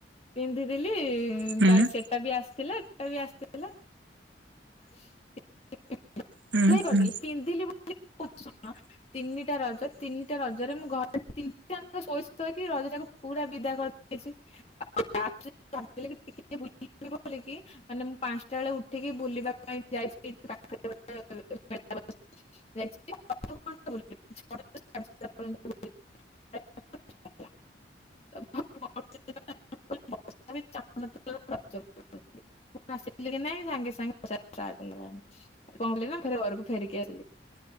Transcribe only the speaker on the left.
ପିନ୍ଧିଥିଲି
ତା ସେଟା ବି ଆସିଥିଲା ଏଟା ବି ଆସିଥିଲା <inaudible>
କରିଦେଲି
ପିନ୍ଧିଲି ବୋଲି <unintelligible> ତିନିଟା ରଜ ତିନିଟା ରଜରେ ମୁଁ ଘରେ ଶୋଇକି ଶୋଇକି ରଜଟାକୁ ପୁରା ବିଦା କରିଦେଇଛି। ତାପରେ ଭାବିଲି ଟିକେ ବୁଲିବି ବୋଲି କି ମାନେ ମୁଁ ପାଞ୍ଚଟା ବେଳେ ଉଠିକି ବୁଲିବା ପାଇଁ ଯାଇଥିଲି। <unintelligible> ମୁ ଆସିଥିଲି କି ନହିଁ ସାଙ୍ଗେ ସାଙ୍ଗେ ସ ହେଇଗଲାଣି। କଣ କଲି ନା ଘରକୁ ଫେରିକି ଆସିଲି।